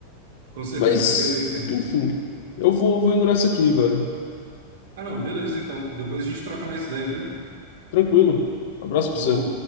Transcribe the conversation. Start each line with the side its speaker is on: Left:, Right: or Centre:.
Right: Com certeza,
Left: Mas,
Right: eu eu entendo.
Left: enfim, eu vou, vou indo nessa aqui, velho.
Right: Ah, não, beleza, então. Depois a gente troca mais ideia, viu?
Left: Tranquilo. Abraço
Right: Falou.
Left: pra você.